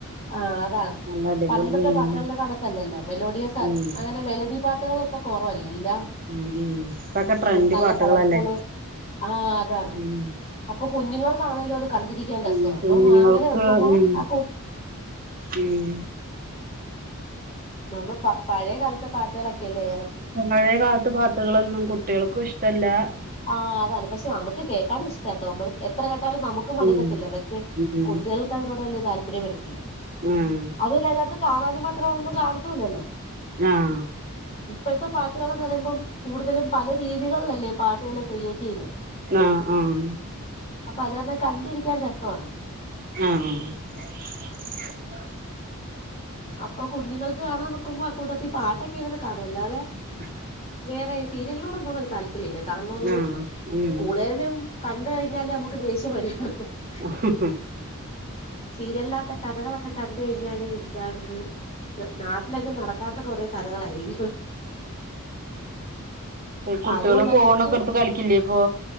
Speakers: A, on the left; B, on the right.
A: ആഹ് അതാണ്
B: നല്ല അടിപൊളി
A: പണ്ടത്തെ
B: ഉം
A: പാട്ടുകളുടെ കണക്കല്ലല്ലോ മെലോഡിയസ്
B: ഉം
A: അങ്ങനെ മെലഡി പാട്ടുകൾ ഇപ്പൊ കുറവല്ലേ ഇല്ല
B: ഉം ഉം ഇപ്പൊക്കെ ട്രെൻഡ്
A: നല്ല
B: പാട്ടുകളല്ലേ
A: കളർഫുള് ആഹ് അതാണ്
B: ഉം
A: അപ്പൊ കുഞ്ഞുങ്ങക്കാണലോ അത് കണ്ടിരിക്കാൻ രസം
B: ഉം
A: അപ്പൊ
B: കുഞ്ഞുങ്ങൾക്ക്
A: അങ്ങനെ വെക്കുമ്പോ
B: ഉം
A: ആ-
B: ഉം
A: നമ്മൾ പ പഴയ കാലത്തെ പാ- ട്ടുകളൊക്കെ ഇല്ലേ
B: പഴയ കാലത്തെ പാട്ടുകളൊന്നും കുട്ടികൾക്കും ഇഷ്ടല്ലാ
A: ആഹ് അതാണ് പക്ഷെ നമുക്ക് കേൾക്കാൻ ഇഷ്ടാട്ടോ നമ്മൾ എത്ര കേട്ടാലും നമുക്കും മടുക്കത്തില്ല
B: ഉം
A: പക്ഷേ
B: ഉം
A: ക്കതിനോട് വലിയ താല്പര്യം വരത്തില്ല
B: ഉം
A: അതല്ല അതിനകത്ത് കാണാനും മാത്രം ഒന്നും കാണുന്നൂല്ലല്ലോ
B: ആഹ്
A: ഇപ്പഴത്തെ പാട്ടുകളെന്ന് പറയുമ്പം കൂടുതലും പല രീതികളിലല്ലേ പാട്ടുകള് ക്രിയേറ്റ് ചെയ്യുന്നത്
B: ആഹ് ആഹ്
A: അപ്പത് കാരണം കണ്ടിരിക്കാൻ രസമാണ്
B: ആഹ് <unintelligible>
A: അപ്പൊ കുഞ്ഞുങ്ങൾക്ക് കാണാൻ വെക്കുമ്പോ ആ കൂട്ടത്തിൽ പാട്ടൊക്കെ ഇരുന്ന് കാണും അല്ലാതെ
B: <unintelligible>
A: വേറെ സീരിയലിനോടൊന്നും അങ്ങനെ താല്പര്യം ഇല്ല കാണണോംന്ന്
B: ആഹ് ഉം
A: കൂടുതലും കണ്ടു കഴിഞ്ഞാല് നമ്മുക്ക് ദേഷ്യം വരും ഹഹ
B: ഹഹ
A: സീരിയലിനകത്തെ കഥകളൊക്കെ കണ്ടു കഴിഞ്ഞാല് എന്താണത് നാട്ടിലൊക്കെ നടക്ക- ഇല്ലാത്ത കൊറേ കഥകളായിരിക്കും
B: കുട്ടികള്
A: അതുമല്ല
B: ഫോണൊക്കെ
A: കൊച്ചു
B: എടുത്ത് കളിക്കില്ലേ അപ്പൊ